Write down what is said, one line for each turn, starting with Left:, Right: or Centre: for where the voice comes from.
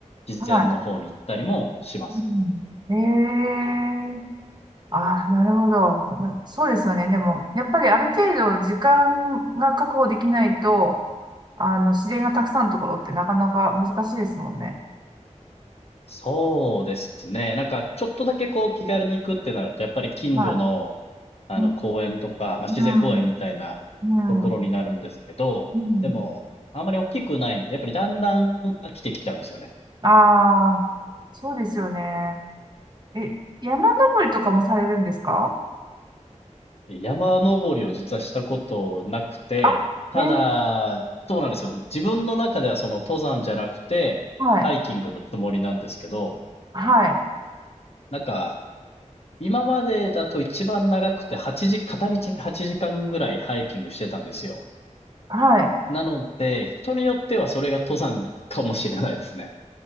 Left: 自然の方に行ったりもします。
Right: はい。うん、えああ、なるほど。なそうですよね。でも、やっぱりある程度時間が確保できないと、あの、自然がたくさんのところってなかなか難しいですもんね。
Left: そうですね。なんか、ちょっとだけこう、気軽に行くってなると、やっぱり近所の、
Right: は
Left: あの、
Right: い。う
Left: 公園とか、まあ、自然公園みたいなところになるんですけど、
Right: ん、うん、うん。
Left: でも、あんまり大きくないんで、やっぱりだんだん飽きてきちゃうんですよね。
Right: ああ、そうですよね。え、山登りとかもされるんですか
Left: 山登りを実はしたことなくて、
Right: あ、
Left: ただ、
Right: ね、
Left: そうなんですよ。自分の中ではその登山じゃなくて、
Right: はい、
Left: ハイキングのつもりなんですけど、
Right: はい、
Left: なんか、今までだと一番長くて8時、片道8時間ぐらいハイキングしてたんですよ。
Right: はい。
Left: なので、人によってはそれが登山かもしれないですね。